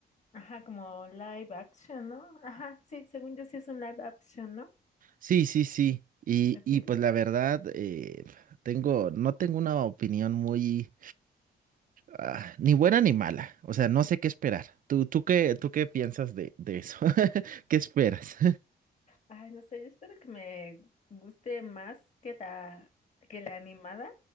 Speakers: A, on the left; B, on the right.
A: Ajá, como live action, ¿no? Ajá, sí, según yo sí es un live action, ¿no?
B: Sí, sí, sí. Y,
A: okay,
B: y pues la verdad, eh, tengo, no tengo una opinión muy, ah, ni buena ni mala. O sea, no sé qué esperar. ¿Tú, tú qué, tú qué piensas de, de eso? <laughs> ¿Qué esperas?
A: Ay, no sé, yo espero que me guste más que la, que la animada,